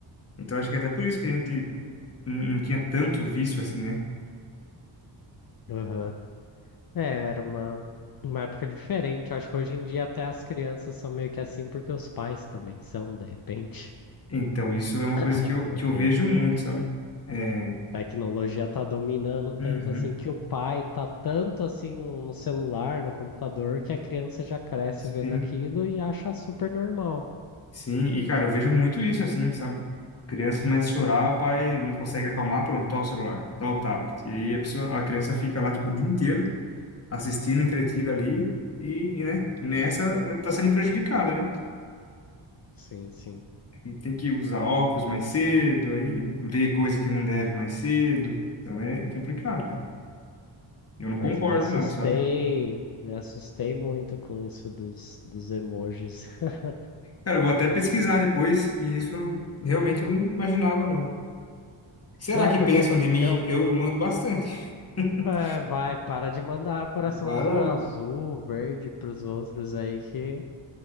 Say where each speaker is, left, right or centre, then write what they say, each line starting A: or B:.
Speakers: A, on the left (about 30°); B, on the left (about 50°).
A: Então, acho que até por isso que a gente não não tinha tanto vício assim, né?
B: Aham. É, era uma, uma época diferente. Eu acho que hoje em dia até as crianças são meio que assim, porque os pais também são, de repente.
A: Então, isso é uma coisa
B: <laughs>
A: que eu,
B: Porque
A: que eu vejo muito, sabe? É,
B: tecnologia tá dominando tanto
A: uhum,
B: assim que o pai tá tanto assim no, no celular, no computador, que a criança já cresce
A: sim,
B: vendo aquilo e acha super normal.
A: sim. E, cara, eu vejo muito isso, assim, sabe? Criança começa a chorar, o pai não consegue acalmar, pronto, tá o celular, tá o tablet. E aí a pessoa, a criança fica lá, tipo, o dia inteiro, assistindo, entretida ali, e, e, né, nessa eh, tá sendo prejudicada, né?
B: Sim, sim.
A: E tem que usar óculos mais cedo, aí ver coisa que não deve mais cedo. Então é complicado, cara. Eu não
B: Mas
A: concordo,
B: me assustei,
A: não, sabe?
B: me assustei muito com isso dos, dos emojis. <laughs>
A: Cara, eu vou até pesquisar depois, que isso eu- realmente eu não imaginava, não. Será
B: É,
A: que
B: porque
A: pensam de mim?
B: eu.
A: hein? Porque eu, eu mando bastante. <laughs>
B: É, vai, para de mandar coraçãozinho
A: Para.
B: azul, verde pros outros aí que.